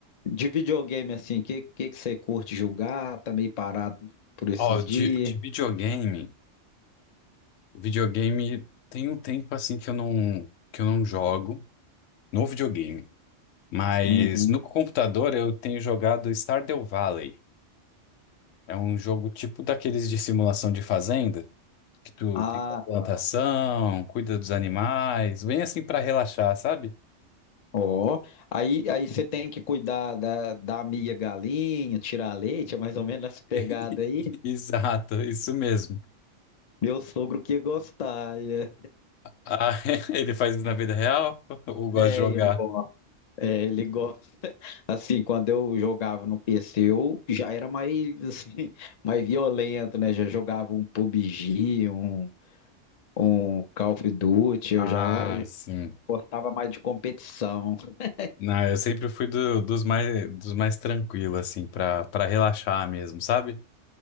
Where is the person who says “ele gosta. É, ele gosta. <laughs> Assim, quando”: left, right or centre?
Left